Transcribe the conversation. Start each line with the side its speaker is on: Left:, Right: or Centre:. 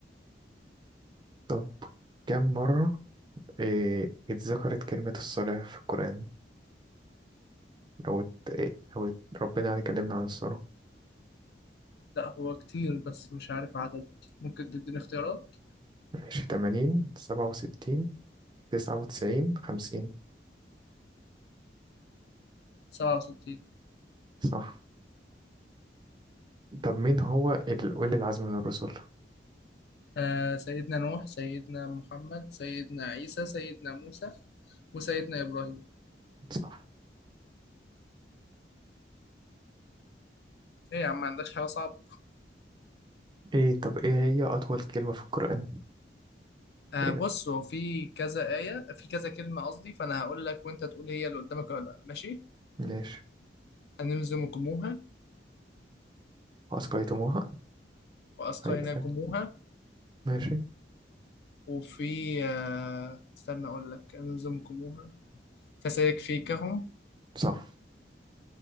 Right: طب كم مرة إيه اتذكرت كلمة الصلاة في القرآن أو ات... إيه أو ات... ربنا يعني كلمنا عن الصلاة
Left: لا هو كتير بس مش عارف عدد ممكن تديني اختيارات
Right: ماشي تمانين سبعة وستين تسعة وتسعين خمسين
Left: سبعة وستين
Right: صح طب مين هو ال- أولي العزم من الرسل
Left: آه سيدنا نوح سيدنا محمد سيدنا عيسى سيدنا موسى وسيدنا إبراهيم
Right: صح
Left: ايه يا عم ما عندكش حاجة صعبة
Right: إيه طب إيه هي أطول كلمة في القرآن
Left: آه
Right: إيه ده
Left: بص هو في كذا آية في كذا كلمة قصدي فأنا هقول لك وأنت تقول هي اللي قدامك ولا لأ ماشي
Right: ماشي
Left: أنلزمكموها
Right: أسقيتموها
Left: وأسقيناكموها
Right: أي أي ماشي
Left: وفي آه استنى أقول لك أنلزمكموها فسيكفيكهم
Right: صح